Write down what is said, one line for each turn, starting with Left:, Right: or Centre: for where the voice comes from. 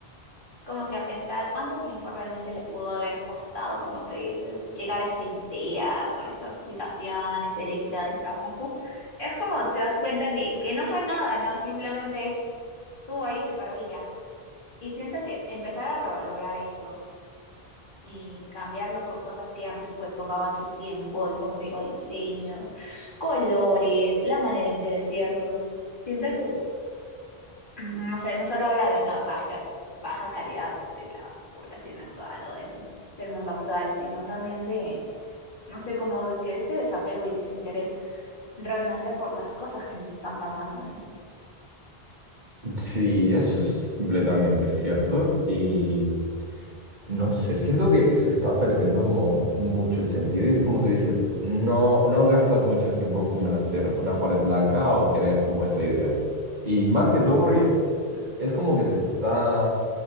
Left: como que a pensar cuánto tiempo realmente le pudo haber costado, como te dices, llegar a esa idea con esas situaciones, el empleo del trabajo, es como te das cuenta que, que no fue nada, ¿no? Simplemente estuvo ahí, se paró y ya. Y siento que empezar a revalorar eso, y cambiarlo por cosas que antes pues tomaban su tiempo, de, como te digo, diseños, colores, la manera en de decirlos. Siento que, mm, no sé, no solo habla de una baja, baja calidad de la población actual o del, del mundo actual, sino también de, no sé, como de que este desapego y desinterés realmente por las cosas que nos están pasando, ¿no?
Right: Sí, eso es completamente cierto y no sé, siento que se está perdiendo como mucho el sentido y es como tú dices, no, no gastas mucho tiempo como en hacer una pared blanca o tener como esa idea. Y más que todo porque
Left: Mm.
Right: es como que se está,